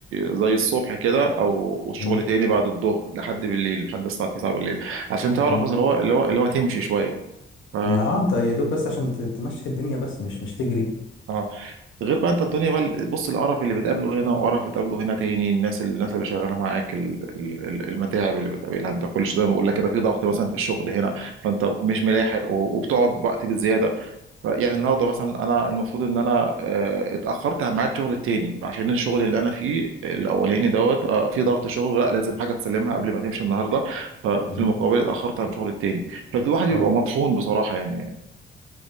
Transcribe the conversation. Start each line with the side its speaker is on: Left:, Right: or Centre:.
Right: زي الصبح كده او والشغل
Left: مم.
Right: تاني بعد الظهر لحد بالليل لحد الساعه 9 بالليل عشان تعرف
Left: مم.
Right: اللي هو اللي هو اللي هو تمشي شويه ف
Left: ما اه انت يا دوب بس عشان ت- تمشي الدنيا بس مش مش تجري
Right: اه غير بقى انت الدنيا بقى بص القرف اللي بتقابله هنا وقرف بتقابله هنا تاني الناس الناس اللي شغاله معاك ال- ال- ال- المتاعب اللي بتقابلها انت كل شويه زي ما بقول لك كده في ضغط مثلا في الشغل هنا فانت مش ملاحق و- وبتقعد وقت بالزياده ف- يعني النهارده مثلا انا المفروض ان انا آه، اتاخرت عن ميعاد شغل التاني عشان الشغل اللي انا فيه الاولاني دوت آه، في ضغط شغل لا لازم حاجه تسلمها قبل ما تمشي النهارده ففي
Left: مم.
Right: المقابل اتاخرت عن شغل التاني فالواحد بيبقى
Left: طبعا
Right: مطحون بصراحه يعني